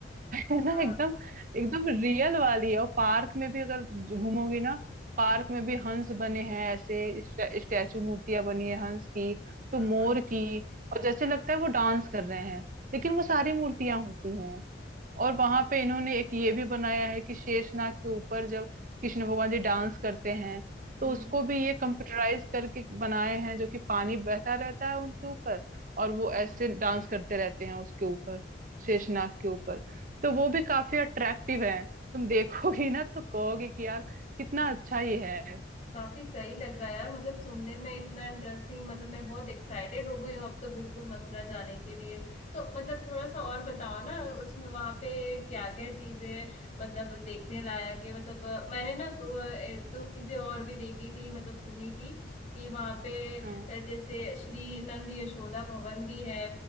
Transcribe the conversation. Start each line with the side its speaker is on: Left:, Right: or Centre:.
Right: <laughs>
Left: अच्छा
Right: है ना एकदम एकदम रियल वाली और पार्क में भी अगर घूमोगी ना पार्क में भी हंस बने हैं ऐसे स्टै- स्टैचू मूर्तियां बनी है हंस की तो
Left: हाँ
Right: मोर
Left: हाँ
Right: की और जैसे लगता है वो डांस कर रहे हैं लेकिन वो सारी मूर्तियां होती हैं और वहां पे इन्होंने एक ये भी बनाया है कि शेषनाग के ऊपर जब कृष्ण भगवान जी डांस करते हैं तो
Left: हम्म
Right: उसको
Left: हम्म।
Right: भी ये कंप्यूटराइज करके बनाए हैं जो कि पानी बहता रहता है उनके ऊपर और वो ऐसे डांस करते रहते हैं उसके ऊपर शेषनाग के ऊपर तो वो भी काफी अट्रैक्टिव है तुम देखोगी ना तो कहोगी कि यार कितना अच्छा ये है
Left: काफी सही लग रहा है यार मतलब सुनने में इतना इंटरेस्टिंग मतलब मैं बहुत एक्साइटेड हो गई हूँ अब तो बिल्कुल मथुरा जाने के लिए तो मतलब थोड़ा सा और बताओ ना उसमें वहां पे क्या क्या चीजें मतलब देखने लायक है मतलब अ, मैंने ना दो एक दो चीजें और भी देखी थी मतलब सुनी थी कि वहां पे अ,
Right: हम्म
Left: जैसे श्री नंद यशोदा भवन भी है